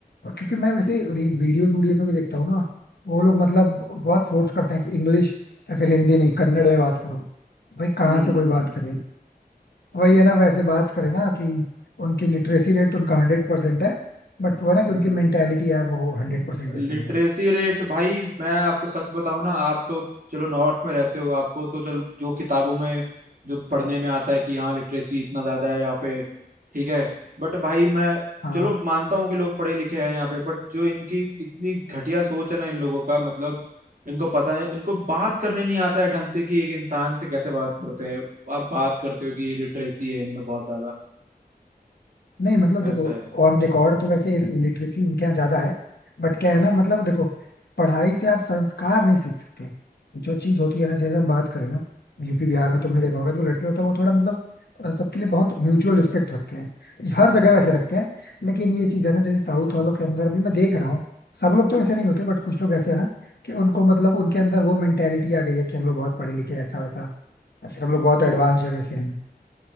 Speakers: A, on the left; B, on the right.
A: और क्योंकि मैं वैसे वीडियोस वीडियोस में भी देखता हूँ ना वो लोग मतलब बहुत फोर्स करते हैं कि इंग्लिश या फिर हिंदी नहीं कन्नड़ में बात करो भाई कहाँ
B: हम्म
A: से कोई बात करे वही है ना वैसे बात करे ना कि उनकी लिटरेसी रेट तो उनका हंड्रेड परसेंट है बट वो है ना कि
B: हम्म
A: उनकी मेंटेलिटी यार वो हंड्रेड परसेंट ऐसी
B: लिटरेसी
A: नहीं है
B: रेट भाई मैं आपको सच बताऊं ना आप तो चलो नॉर्थ में रहते हो आपको तो चलो जो किताबों में जो पढ़ने में आता है कि हाँ लिटरेसी इतना ज्यादा है यहाँ पे ठीक है बट भाई मैं
A: हाँ।
B: चलो मानता हूँ कि लोग पढ़े लिखे हैं यहाँ पे बट जो इनकी इतनी घटिया सोच है ना इन लोगों का मतलब इनको पता है इनको बात करने नहीं आता है ढंग से कि एक इंसान से कैसे बात करते हैं आप बात करते हो कि लिटरेसी है इनमें बहुत ज्यादा
A: नहीं मतलब
B: वैसा
A: देखो
B: है
A: ऑन रिकॉर्ड तो वैसे लिटरेसी उनके यहाँ ज्यादा है बट क्या है ना मतलब देखो पढ़ाई से आप संस्कार नहीं सीख सकते जो चीज होती है ना जैसे हम बात करें ना यूपी बिहार में तुमने देखा होगा जो लड़के होते हैं वो थोड़ा मतलब अ, सबके लिए बहुत म्यूचुअल रिस्पेक्ट रखते हैं हर
B: हम्म
A: जगह वैसे रखते हैं लेकिन ये चीज है ना जैसे साउथ वालों के अंदर भी मैं देख रहा हूँ सब लोग तो वैसे नहीं होते बट कुछ लोग ऐसे है ना कि उनको मतलब उनके अंदर वो मेंटेलिटी आ गई है कि हम लोग बहुत पढ़े लिखे हैं, ऐसा वैसा या फिर हम लोग बहुत एडवांस जगह से हैं